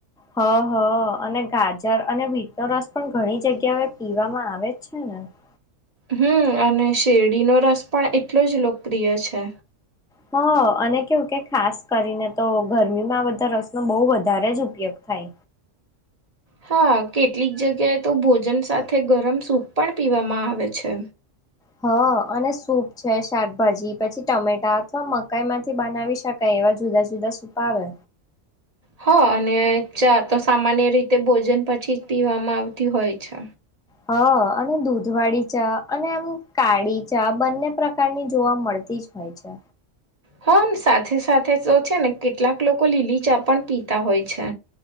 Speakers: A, in the centre; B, on the right.
A: હ હ અને ગાજર અને બીટનોો રસ પણ ઘણી જગ્યા એ પીવામાં આવે જ છે ને. <inaudible>
B: હમ અને શેરડીનો રસ પણ એટલો જ લોકપ્રિય છે.
A: હ અને કેવું કે ખાસ કરીને તો ગરમીમાં આ બધા રસનોો બહુ વધારે જ ઉપયોગ થઈ.
B: હા કેટલીક જગ્યાએ તો ભોજન સાથે ગરમ સૂપ પણ પીવામાં આવે છે.
A: હ અને સૂપ છે શાકભાજી પછી ટમેટા અથવા મકાઈ માંથી બનાવી શકાય. એવા જુદા જુદા સૂપ આવે.
B: હો અને ચા તો સામાન્ય રીતે ભોજન પછી જ પીવામાં આવતી હોય છે.
A: હ અને દૂધવાળી ચા અને એમ કાળી ચા બંને પ્રકારની જોવા મળતી જ હોય છે.
B: હાને સાથે સાથે તો છે ને કેટલાક લોકો લીલી ચા પણ પીતા હોય છે.